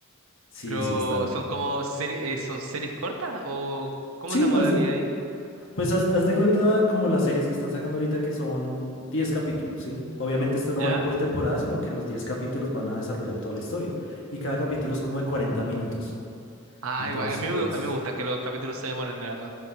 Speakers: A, on the left (about 60°); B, on the right (about 70°).
A: Sí,
B: pero
A: sí, están.
B: son como serie- eh, son series cortas o ¿cómo
A: Sí,
B: es la modalidad
A: haz de-
B: ahí?
A: pues haz, haz de cuenta como las series que están sacando ahorita que son 10 capítulos, ¿sí? Obviamente esto
B: ¿Ya?
A: no va a ir por temporada, sino que en los 10 capítulos van a desarrollar toda la historia. Y cada capítulo es como de 40 minutos.
B: Ah,
A: Entonces,
B: igual, a mí, me- a mí me gusta que los capítulos se demoren, la verdad.